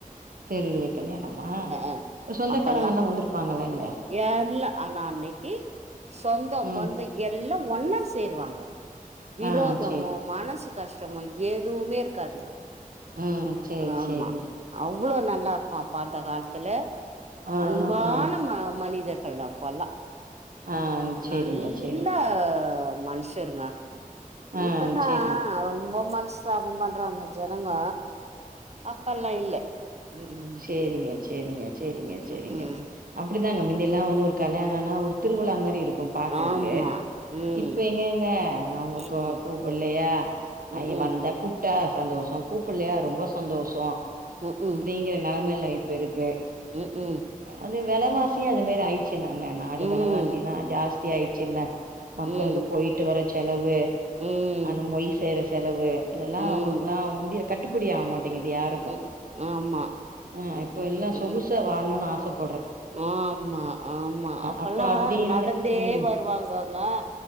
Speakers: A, on the right; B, on the right.
A: தெருவுலயே கல்யாணமா
B: அ
A: சொந்தக்காரங்கல்லா
B: அப்பல்லா
A: வந்துருப்பாங்கள இல்லையா
B: எல்லா ஆனா அன்னைக்கு சொந்தோ
A: ம்
B: பந்தோ எல்லா ஒன்னா சேருவாங்க விரோதமு
A: ஆ சேரி
B: மனசு கஷ்டமு எதுவுமே இருக்காதுங்க
A: ம் சேரி
B: ஆமா
A: சேரி
B: அவ்ளோ நல்லா இருக்கு அப்ப அந்த காலத்துல
A: ஆ
B: அன்பான
A: ஆ ஆ
B: ம மனிதர் எல்லா அப்பல்லா
A: ஆ சேரிங்க
B: நல்ல
A: சேரிங்க
B: மனஷ் ருங்க
A: ஆ
B: இப்பதா
A: சேரிங்க
B: ரொம்ப மனசு சாப பண்றாங்க ஜனங்க அப்பெல்லா இல்ல ம் ம்
A: செரிங்க செரிங்க செரிங்க செரிங்க
B: ம் ம்
A: அப்டிதாங்க முந்தியல்லா வந்து ஒரு கல்யாணன்னா ஒரு திருவிழா மாரி இருக்கு பாக்குறதுக்கு
B: ஆமா ம்
A: இப்ப எங்கங்க அவுங்க
B: ம் ம்
A: கூப்பல்லையா
B: ம்
A: ஐய வந்தா கூப் டா சந்தோஷ கூப்பல்லயா
B: ம்
A: ரொம்ப சந்தோஷ
B: ம் க்கு
A: நீங்கற நெலைமைல்ல இப்ப இருக்கு
B: ம் ம்
A: அது வெலவாசியு அது மாரி ஆயிடுச்சில்லங்க நாடு
B: ம்
A: வெலவாசில்லா
B: ம்
A: ஜாஸ்தியாயிடுச்சில்ல மக்களுக்கு
B: ம்
A: போயிட்டு வர செலவு
B: ம்,
A: அந்த மொய் செய்ற செலவு இதெல்லா
B: ம்,
A: அவுங்களுக்குல்லா முடியற கட்டுப்படி ஆகமாட்டேங்குது யார்
B: உ ஆமா
A: ஆ இப்ப எல்லா
B: ம்ஹ்ம்.
A: சொகுசா வாழணுன்னு ஆசப்
B: ஆமா ஆமா அப்பெல்லா
A: அப்போ அப்டி இல்ல
B: நடந்தே
A: ம்
B: வருவாங்ககங்க